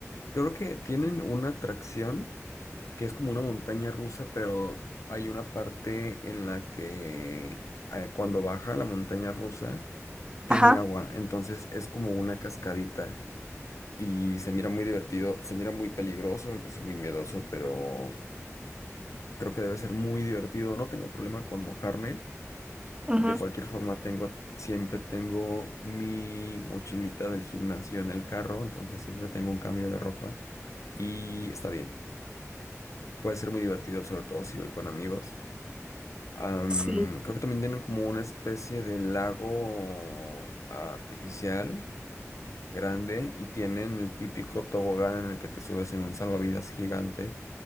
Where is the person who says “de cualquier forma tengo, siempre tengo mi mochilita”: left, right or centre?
Left